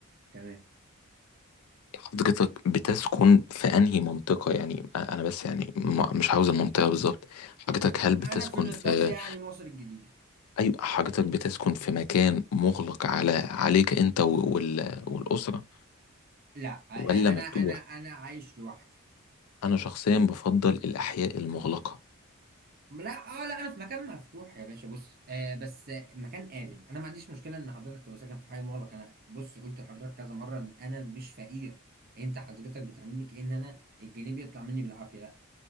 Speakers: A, on the right (about 45°); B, on the left (about 85°).
A: تمام
B: حضرتك بتسكن في انهي منطقة يعني انا بس يعني ما- مش عاوز المنطقة بالظبط حضرتك هل بتسكن
A: انا في نطاق
B: في
A: يعني مصر الجديدة
B: ايوه حضرتك بتسكن في مكان مغلق على عليك انت و- وال... والأسرة
A: لا أ- أ-
B: ولا
A: انا
B: مفتوح
A: انا انا عايش لوحدي
B: انا شخصيا بفضل الاحياء المغلقة
A: لا اه لا انا في مكان مفتوح يا باشا بص آه بس آه، مكان امن انا ما عنديش مشكله ان حضرتك تبقى ساكن في حي مغلق انا بص قلت لحضرتك كذا مره ان انا مش فقير انت حضرتك بتعاملني كأن انا الجنيه بيطلع مني بالعافيه لا